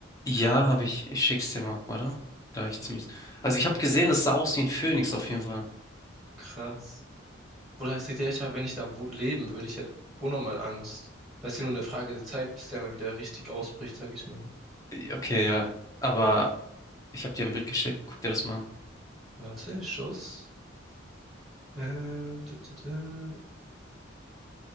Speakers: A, on the left; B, in the centre.
A: Ja, habe ich. Ich schick's dir mal, oder? Gleich zumindest. Also ich habe gesehen, das sah aus wie ein Phönix auf jeden Fall.
B: Krass. Bruder, ich sag dir, ich hab, wenn ich da wo leben würde, ich hätte unnormal Angst. Das ist ja nur eine Frage der Zeit, bis der mal wieder richtig ausbricht, sag ich mal.
A: Äh, Okay, ja. Aber ich habe dir ein Bild geschickt. Guck dir das mal an.
B: Warte, Schuss. Äh, da, da, da.